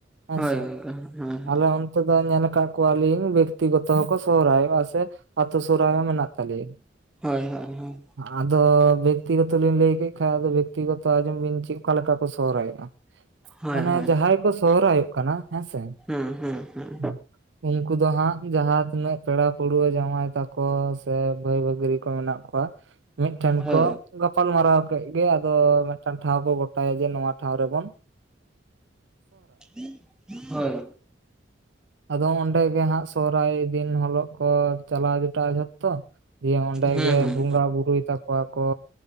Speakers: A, on the right (about 75°); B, in the centre.
A: ᱦᱮᱸᱥᱮ
B: ᱦᱳᱭ ᱦᱳᱭ᱾
A: ᱟᱞᱮ ᱚᱱᱛᱮ ᱫᱚ ᱧᱮᱞ ᱟᱠᱟᱫ ᱠᱚᱣᱟ ᱞᱤᱧ ᱵᱮᱠᱛᱤ ᱜᱚᱛᱚ ᱦᱚᱸᱠᱚ ᱥᱚᱦᱨᱟᱭᱚᱜᱼᱟ ᱥᱮᱼᱼ ᱟᱹᱛᱩ ᱥᱚᱦᱨᱟᱭ ᱦᱚ ᱢᱮᱱᱟᱜ ᱛᱟᱞᱮᱭᱟ᱾
B: ᱦᱳᱭ ᱦᱳᱭ ᱦᱳᱭ᱾
A: ᱟᱫᱚ ᱵᱮᱠᱛᱤᱜᱚᱛᱚ ᱞᱤᱧ ᱞᱟᱹᱭ ᱠᱮᱫ ᱠᱷᱟᱱ ᱟᱫᱚ ᱵᱮᱠᱛᱤᱜᱚᱛᱚ ᱟᱸᱡᱚᱢ ᱵᱤᱱ ᱪᱮᱫ ᱚᱠᱟ ᱞᱮᱠᱟ ᱠᱚ ᱥᱚᱦᱨᱟᱭᱚᱜᱼᱼ
B: ᱦᱳᱭ
A: ᱢᱟᱱᱮ
B: ᱦᱳᱭ ᱦᱳᱭ
A: ᱡᱟᱦᱟᱸᱭ ᱠᱚ ᱥᱚᱦᱨᱟᱭᱚᱜ ᱠᱟᱱᱟ ᱦᱮᱸᱥᱮ᱾
B: ᱦᱮᱸ ᱦᱮᱸ ᱦᱮᱸ᱾
A: <inaudible> ᱩᱱᱠᱩ ᱫᱚ ᱦᱟᱸᱜ ᱡᱟᱦᱟᱸ ᱛᱤᱱᱟᱹᱜ ᱯᱮᱲᱟ ᱯᱟᱹᱲᱣᱟᱹ ᱡᱟᱶᱟᱭ ᱛᱟᱠᱚ ᱥᱮ ᱵᱟᱹᱭ ᱵᱟᱹᱜᱨᱤ ᱠᱚ ᱢᱮᱱᱟᱜ ᱠᱚᱣᱟᱼᱼ ᱠᱚᱣᱟ ᱢᱤᱫᱴᱮᱱ
B: ᱦᱳᱭ
A: ᱠᱚ᱾ ᱜᱟᱯᱟᱞ ᱢᱟᱨᱟᱣ ᱠᱮᱫ ᱜᱮ ᱟᱫᱚ ᱢᱤᱫᱴᱟᱝ ᱴᱷᱟᱶ ᱠᱚ ᱜᱚᱴᱟᱭᱟ ᱡᱮ ᱱᱚᱣᱟ ᱴᱷᱟᱶ ᱨᱮᱵᱚᱱᱼᱼ
B: <unintelligible> ᱦᱳᱭ᱾
A: ᱟᱫᱚ ᱚᱸᱰᱮ ᱜᱮ ᱦᱟᱸᱜ ᱥᱚᱦᱨᱟᱭ ᱫᱤᱱ ᱦᱤᱞᱚᱜ ᱠᱚ ᱪᱟᱞᱟᱣ ᱡᱚᱴᱟᱜ ᱟ ᱡᱷᱚᱛᱚ ᱾ ᱫᱤᱭᱮ ᱚᱸᱰᱮ
B: ᱦᱩᱸ
A: ᱜᱮ
B: ᱦᱩᱸ
A: ᱵᱚᱸᱜᱟ ᱵᱩᱨᱩᱭ ᱛᱟᱠᱚᱣᱟ ᱠᱚ